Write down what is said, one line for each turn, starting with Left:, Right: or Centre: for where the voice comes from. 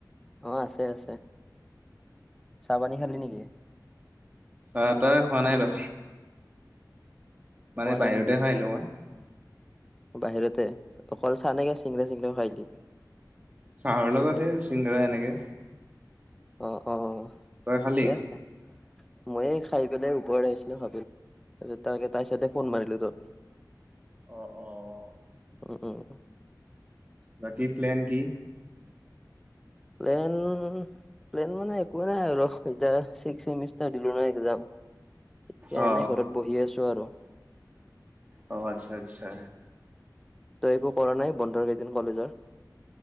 Centre: অহ আছে আছে চাহপানী খালি নেকি
Right: চাহ তাহ খোৱা নাই ৰ। মানে
Centre: খোৱা
Right: বাহিৰতে
Centre: নাই নেকি
Right: খাই আহিলোঁ মই।
Centre: বাহিৰতে অকল চাহ নে চিঙৰা তিংৰাও খাই আহিলি?
Right: চাহৰ লগতহে চিংৰা এনেকে
Centre: অহ অহ
Right: তই
Centre: ঠিকে
Right: খালি?
Centre: আছে মই এই খাই পেলাই ওপৰত আহিছিলো ভাবিলো তাৰকেইতা তাই চাইডে ফোন মাৰিলো তোক
Right: অহ অহ অহ
Centre: উম উম
Right: বাকী প্লেন কি?
Centre: প্লেন প্লেন মানে একোৱেই নাই আৰু এতিয়া ছিক্স চেমিষ্টাৰ দিলো নহ এক্সজাম। এতিয়া
Right: অ
Centre: এনে ঘৰত বহি আছো আৰু।
Right: অ আচ্ছা আচ্ছা
Centre: তই একো কৰা নাই বন্ধৰ কেইদিন কলেজৰ।